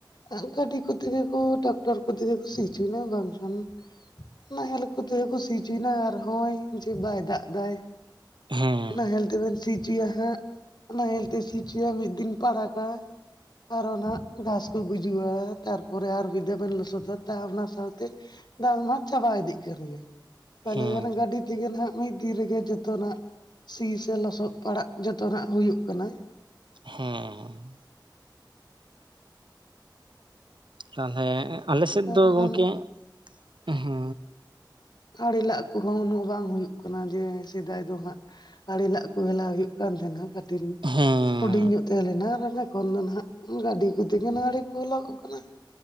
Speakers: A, on the left (about 60°); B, on the right (about 80°).
A: ᱟᱸᱜ ᱜᱟᱹᱰᱤ ᱠᱚᱛᱮᱜᱮ ᱠᱚ ᱴᱟᱠᱴᱚᱨ ᱠᱚᱛᱮᱜᱮ ᱠᱚ ᱥᱤ ᱦᱪᱚᱭᱱᱟ ᱵᱟᱝᱠᱷᱟᱱ ᱱᱟᱦᱮᱞ ᱠᱚᱛᱮ ᱜᱮ ᱠᱩ ᱥᱤ ᱚᱪᱚᱭᱱᱟ ᱟᱨ ᱦᱚᱸᱭ ᱡᱮ ᱵᱟᱭ ᱫᱟᱜ ᱫᱟᱭ
B: ᱦᱮᱸ
A: ᱱᱟᱦᱮᱞ ᱛᱮ ᱵᱮᱱ ᱥᱤ ᱪᱚᱭᱟ ᱦᱟᱸᱜ ᱱᱟᱦᱮᱞ ᱛᱮ ᱥᱤ ᱪᱚᱭᱟ ᱢᱤᱫ ᱫᱤᱱ ᱯᱟᱲᱟᱜᱟ ᱟᱨᱚ ᱱᱟᱜ ᱜᱷᱟᱥ ᱠᱚ ᱜᱩᱡᱩᱜᱼᱟ ᱛᱟᱨᱯᱚᱨᱮ ᱟᱨ ᱵᱤᱫ ᱫᱷᱟᱣ ᱵᱮᱱ ᱞᱚᱥᱚᱫᱟ ᱚᱱᱟ ᱥᱟᱶᱛᱮ ᱫᱟᱞ ᱢᱟ ᱪᱟᱵᱟ ᱤᱫᱤᱜ ᱠᱟᱱ ᱜᱮ ᱛᱟᱞᱦᱮ
B: ᱦᱮᱸ
A: ᱜᱟᱹᱰᱤ ᱛᱮᱜᱮ ᱱᱟᱜ ᱢᱤᱫ ᱫᱤᱱ ᱨᱮᱜᱮ ᱡᱚᱛᱚ ᱱᱟᱜ ᱥᱤ ᱥᱮ ᱞᱚᱥᱚᱫ ᱯᱟᱲᱟᱜ ᱡᱚᱛᱚᱱᱟ-ᱜ ᱦᱩᱭᱩᱜ ᱠᱟᱱᱟ ᱾
B: ᱦᱮᱸᱦ----᱾ ᱛᱟᱞᱦᱮ ᱟᱞᱮ ᱥᱮᱫ
A: ᱟᱨ
B: ᱫᱚ ᱜᱚᱝᱠᱮ
A: ᱟᱢᱟᱜ
B: ᱮᱸᱷ-ᱦ
A: ᱟᱲᱮ ᱞᱟᱜ ᱠᱚᱦᱚᱸ ᱩᱱᱟᱹᱜ ᱵᱟᱝ ᱦᱩᱭᱩᱜ ᱠᱟᱱᱟ ᱡᱮ ᱥᱮᱫᱟᱭ ᱫᱚ ᱦᱟᱸᱜ ᱟᱲᱮ ᱞᱟᱜ ᱠᱚ ᱦᱮᱞᱟᱣ ᱦᱩᱭᱩᱜ ᱠᱟᱱ ᱛᱟᱦᱮᱱᱟ ᱠᱟᱴᱤᱱ
B: ᱦᱮᱸ
A: ᱦᱩᱰᱤᱝ ᱧᱚᱜ ᱛᱟᱦᱮᱸ ᱞᱮᱱᱟ ᱟᱨ ᱮᱠᱷᱚᱱ ᱫᱚ ᱱᱟᱦᱟᱜ ᱜᱟᱰᱤ ᱠᱚᱛᱮ ᱜᱮ ᱱᱟᱲᱮᱹ ᱠᱚ ᱞᱟᱜᱚᱜ ᱠᱟᱱᱟ ᱾